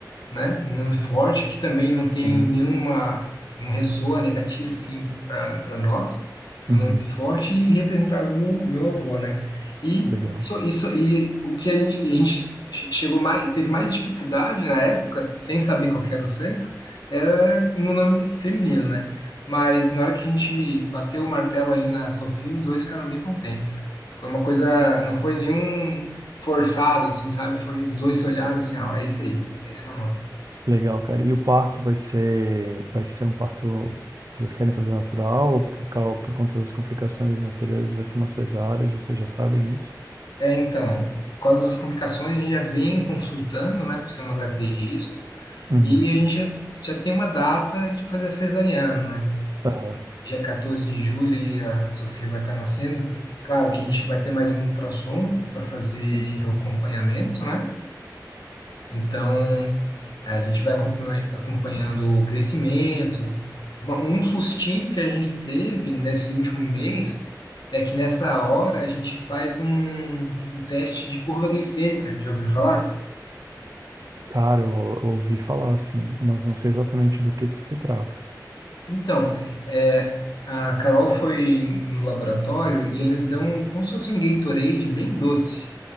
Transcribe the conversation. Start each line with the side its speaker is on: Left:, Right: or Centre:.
Left: né? Um nome forte que também não tem
Right: sim.
Left: nenhuma, não ressoa negativo assim para nós. É
Right: Uhum,
Left: um nome forte e representava meu, meu avô, né? E
Right: que legal.
Left: isso, isso e o que a gente, e a gente che- chegou mais, teve mais dificuldade na época, sem saber qual que era o sexo, era um nome feminino, né? Mas na hora que a gente bateu o martelo ali na Sofia, os dois ficaram bem contentes. Foi uma coisa,
Right: Poxa,
Left: não foi nenhum forçado, assim, sabe? Foi os dois se olharam assim, ah, é isso aí, esse é o nome.
Right: Legal, cara. E o parto vai ser, vai ser um parto. Vocês querem fazer natural ou por, cau- por conta das complicações anteriores vai ser uma cesárea? Vocês já sabem isso?
Left: É, então, por causa das complicações, a gente já vem consultando, né, por ser uma gravidez de risco,
Right: Uhum.
Left: e a gente já, já tem uma data de fazer a cesariana, né?
Right: Aham,
Left: Dia 14 de julho aí a Sofia vai estar nascendo. Claro que a gente vai ter mais um ultrassom para fazer
Right: sim.
Left: o acompanhamento, né? Então, a gente vai acompanha- acompanhando o crescimento. Uma- um sustinho que a gente teve nesse último mês é que nessa hora a gente faz um, um teste de curva glicêmica. Já ouviu falar?
Right: Cara, eu, eu ouvi falar assim, mas não sei exatamente do que que se trata.
Left: Então, é, a Carol foi no laboratório e eles dão como se fosse um Gatorade bem doce.